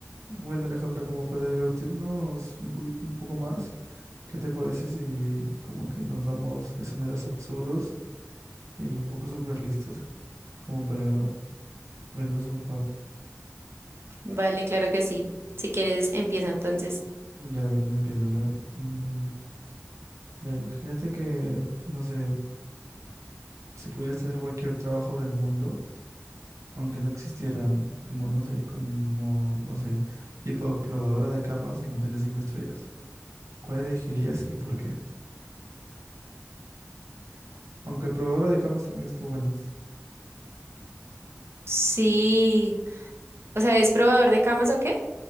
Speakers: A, on the right (about 85°); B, on the right (about 55°).
A: Bueno, Alejandra, como para divertirnos un poquito, un poco más, ¿qué te parece si como que nos damos escenarios absurdos y un poco surrealistas, como para reírnos un par?
B: Vale, claro que sí. Si quieres, empieza entonces.
A: Ya, a ver, yo empiezo, a ver. Mm, ya, imagínate que, no sé, si pudieras tener cualquier trabajo del mundo, aunque no existieran, como, no sé, como, no sé, tipo probadora de camas en hoteles cinco estrellas, ¿cuál elegirías y por qué? Aunque probadora de camas también estuvo bueno.
B: Sí. O sea, ¿es probador de camas o qué?